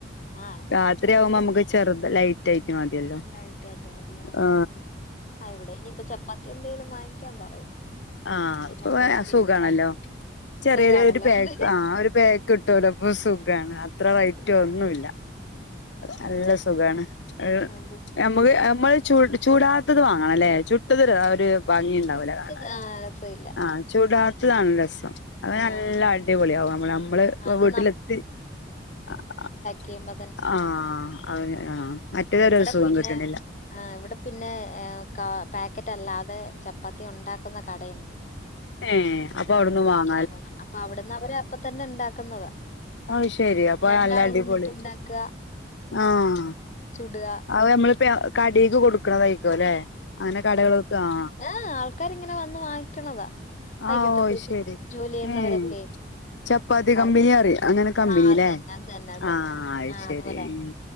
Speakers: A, on the left; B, on the left.
A: ആഹ് അല്ലേലും
B: രാത്രിയാവുമ്പോ
A: ഇപ്പം എന്തെലും
B: നമുക്ക് ചെറുത് ലൈറ്റ് ആയി ന്നെ മതിയല്ലോ
A: ലൈറ്റ് ആട്ട് മതി ആഹ്
B: ആ
A: ആഹ് ഇവിടെ ഇനി ഇപ്പൊ ചപ്പാത്തി എന്തേലും വാങ്ങിക്കാൻ പറയും
B: ആഹ്
A: അതൊന്നും
B: ഇപ്പൊ <unintelligible>
A: കൊഴപ്പില്ലപ്പാ
B: സുഖാണല്ലോ ചെറിയ
A: സുഖാണല്ലോ
B: ഒരു പാക്ക്
A: അത്
B: ആഹ് ഒരു പാക്ക് ക് ട്ടോലോ പ്പ സുഖാണ് അത്ര
A: ശരിയാണ്
B: റയ്റ്റോ ഒന്നുല്ല. നല്ല സുഖാണ് ഒരു.
A: അതെ
B: ഞ്ഞമ്മക്ക് നമ്മൾ ചുട് ചുടാത്തത് വാങ്ങണലേ ചുട്ടത് ര ഒര്. ഭംഗിണ്ടാവുല
A: കിട്ടുന്ന
B: കാണാൻ
A: ആഹ് രസമില്ല
B: ആഹ് ചുടാത്തതാണ് രസം. അങ്ങനെ
A: ആഹ്
B: നല്ല അടിപൊള്യാവും നമ്മള് നമ്മള്
A: അത്
B: വീട്ടിലെത്തി അ അ.
A: കേമ
B: ആഹ് അഹ് ആ മറ്റവരെരുസുഖം
A: ഇവിടെ പിന്നെ
B: കിട്ട്ണില്ല.
A: ആ ഇവിടെ പിന്നെ ഏ കാ പാക്കറ്റ് അല്ലാതെ ചപ്പാത്തി ഉണ്ടാക്കുന്ന കടയു
B: ഏഹ് അപ്പൊ അവിട്ന്ന് വാങ്ങ്
A: ക്ക്യാങ്ങങ്ങ അപ്പ അവിടന്നവര് അപ്പ തന്നെണ്ടാക്ക്ന്നത
B: അത് ശെരി അപ്പൊ
A: രണ്ടാള്
B: നല്ല അടിപൊളി
A: വന്ന്ട്ട് ണ്ടാ ക്ക.
B: ആഹ്.
A: ചുട്വ.
B: അവ ഞ്ഞമ്മള്പ്പയ കടീക്ക് കൊട്ക്ക്ണതയ്ക്കു ലെ അങ്ങനെ കടകൾക്ക് ആ.
A: ആഹ് ആൾക്കാര് ഇങ്ങനെ വന്ന് വാങ്ങിക്കണതാ വൈകിട്ടത്തേക്ക്
B: ആഹ് ഓ ശരി
A: ജോലി ചെയ്യുന്നവരൊക്കെ.
B: ഏഹ് ചപ്പാത്തി
A: അവർക്കത്
B: കമ്പനി അറിയ അങ്ങനെ കമ്പനില്ലേ
A: ആ അത് തന്നെ അത് തന്നെ അത്
B: ആഹ്
A: തന്നെ
B: അത്
A: ആഹ്
B: ശരി
A: അതുപോലെ തന്നെ.
B: ഉം